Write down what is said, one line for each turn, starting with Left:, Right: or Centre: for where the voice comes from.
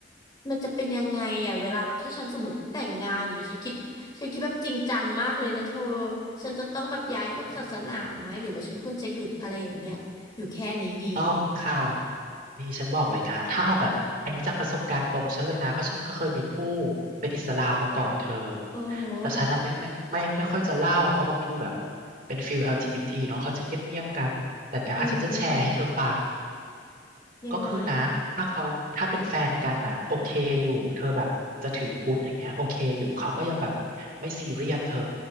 Left: มันจะเป็นยังไงอ่ะเวลาแบบถ้าฉันสมมติแต่งงานอย่างเงี้ยฉันคิดฉันคิดแบบจริงจังมากเลยนะเธอฉันจะต้องแบบย้ายแบบศาสนาไหมหรือว่าฉันควรจะหยุดอะไรอย่างเงี้ยอยู่แค่นี้ดี
Right: อืมต้องค่ะ นี่ฉันบอกเลยนะถ้าเอาแบบอันนี้จากประสบการณ์ตรงฉันเลยนะเพราะฉันก็เคยมีผู้เป็นอิสลามมาก่อนเธอ
Left: โอ้โหอ
Right: แต่ฉันน่ะไม่ไม่ไม่ไม่ไม่ค่อยจะเล่าเพราะบางทีแบบเป็นฟิลแอล LGBT เนาะเขาจะเงียบๆกันแต่เนี้ยอาจจะจะแชร์ให้เธอฟัง
Left: อือหือยังไง
Right: ก็คือนะถ้าเขาถ้าเป็นแฟนกันน่ะโอเคอยู่เธอแบบจะถือพุทธอย่างเงี้ยโอเคอยู่เขาก็ยังแบบไม่ซีเรียสเธอ